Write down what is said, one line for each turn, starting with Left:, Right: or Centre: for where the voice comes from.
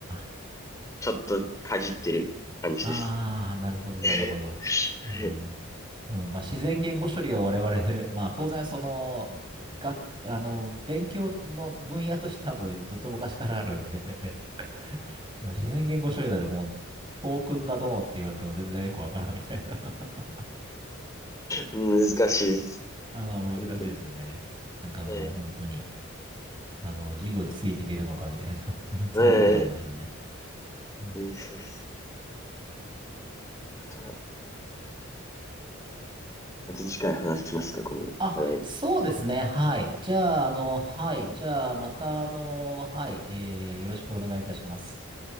Right: ああ。
Left: ちょっとかじってる感じです。
Right: ああ、なるほど、なるほど。
Left: <laughs>
Right: うん。うん、まあ、自然言語処理は我々、まあ、当然、その、学、あの、勉強の分野としてはもうずっと昔からあるんで <laughs> でも自然言語処理だってもう、トークンがどうって言われても全然よくわからんみたいな <laughs>
Left: 難しいです。
Right: あ、まあ、難しいですよね。
Left: 本当に。
Right: なんかもう本当に、
Left: はい。
Right: あの、授業でついていけるのかみたいな <laughs> そんなところありますよね。
Left: はい。
Right: うん
Left: そうですまた、また次回話しますか、この話題。
Right: あ、そうですね。はい。じゃあ、あの、はい。じゃあ、また、あの、はい。えー、よろしくお願いいたします。